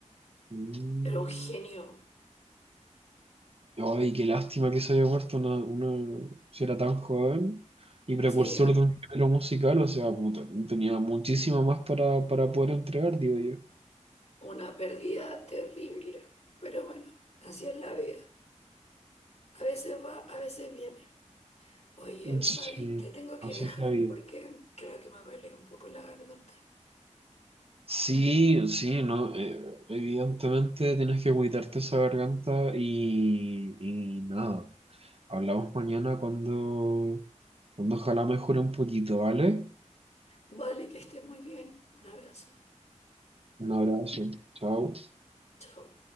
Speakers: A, on the right; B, on the left.
A: Mm.
B: era un genio,
A: Ay, qué lástima que se haya muerto una, una, si era tan joven y precursor
B: sí, un-
A: de un género musical, o sea, puta, tenía muchísimo más para, para poder entregar, digo yo.
B: una pérdida terrible. Pero bueno, así es la vida. A veces va, a veces viene. Oye,
A: Sí,
B: Fabi, te tengo que
A: así
B: dejar
A: es la vida.
B: porque creo que me duele un poco la garganta.
A: Sí, sí, no, eh, evidentemente tienes que cuidarte esa garganta y, y nada. Hablamos mañana cuando, cuando ojalá mejore un poquito, ¿vale?
B: Vale, que estés muy bien. Un abrazo.
A: Un abrazo, chao.
B: Chao.